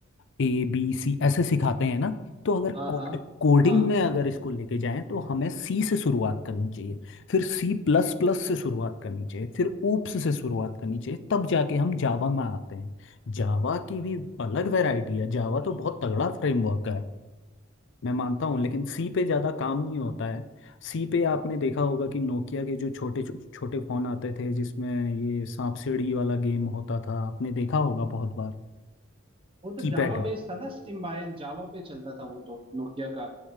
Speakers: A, on the left; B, on the right.
A: A B C ऐसे सिखाते हैं ना तो अगर
B: हाँ
A: कोड
B: हाँ
A: कोडिंग
B: हाँ।
A: में अगर इसको लेके जाएं तो हमें सी से शुरुआत करनी चाहिए फिर सी प्लस प्लस से शुरुआत करनी चाहिए फिर ऊप्स से शुरुआत करनी चाहिए तब जाके हम जावा में आते हैं जावा की भी अलग वैरायटी है जावा तो बहुत तगड़ा फ्रेमवर्क है मैं मानता हूँ लेकिन सी पे ज़्यादा काम नहीं होता है सी पे आपने देखा होगा कि नोकिया के जो छोटे छो- छोटे फ़ोन आते थे जिसमें ये सांप सीढ़ी वाला गेम होता था आपने देखा होगा बहुत बार
B: वो तो
A: कीपैड
B: जावा
A: वाला
B: बेस्ड था ना सिम्बायन जावा पे चलता था वो तो नोकिया का